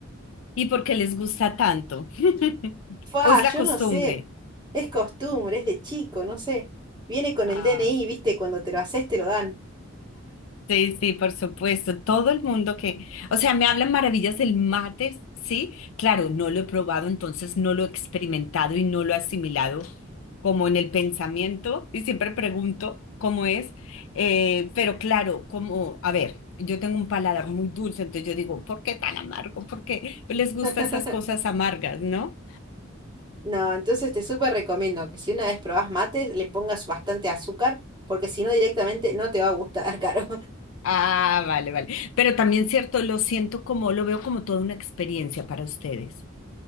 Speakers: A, on the left; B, on the right.
A: ¿Y por qué les gusta tanto? <laughs>
B: Fa,
A: ¿O es
B: yo
A: la costumbre?
B: no sé. Es costumbre, es de chico, no sé. Viene con
A: Ah.
B: el DNI, ¿viste? Cuando te lo haces te lo dan.
A: Sí, sí, por supuesto. Todo el mundo que, o sea, me hablan maravillas del mate, sí. Claro, no lo he probado, entonces no lo he experimentado y no lo he asimilado como en el pensamiento y siempre pregunto cómo es. Eh, pero claro, como, a ver, yo tengo un paladar muy dulce, entonces yo digo, ¿por qué tan amargo? ¿Por qué les gustan
B: <laughs>
A: esas cosas amargas, no?
B: No, entonces te súper recomiendo que si una vez probás mates, le pongas bastante azúcar, porque si no directamente no te va a gustar, <laughs> Caro.
A: Ah, vale, vale. Pero también cierto, lo siento como, lo veo como toda una experiencia para ustedes.